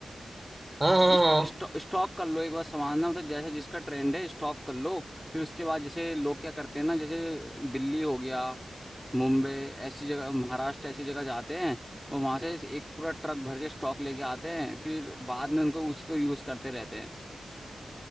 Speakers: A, on the right (about 20°); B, in the centre.
A: हाँ हाँ
B: इस्ट-
A: हाँ
B: इस्ट- स्टॉक कर लो एक बार सामान ना मतलब जैसे जिसका ट्रेंड है स्टॉक कर लो फिर उसके बाद जैसे लोग क्या करते हैं ना जैसे दिल्ली हो गया मुंबई ऐसी जगह महाराष्ट्र ऐसी जगह जाते हैं और वहां से एक पूरा ट्रक भर के स्टॉक लेके आते हैं फिर बाद में उनको उसी को यूज करते रहते हैं